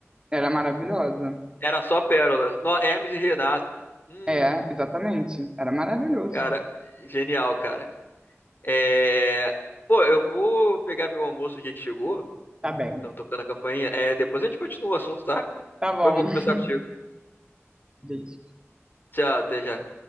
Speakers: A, on the right (about 15°); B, on the left (about 45°).
A: era maravilhosa.
B: Era só Pérola. No, Hermes e Renato. Hum,
A: É, exatamente. Era maravilhoso.
B: cara, genial, cara. É, pô, eu vou pegar meu almoço aqui que chegou.
A: Tá bem.
B: Estão tocando a campainha. É, depois a gente continua o assunto, tá?
A: Tá bom.
B: Foi bom conversar
A: <laughs>
B: contigo.
A: Beijo.
B: Tchau, até já.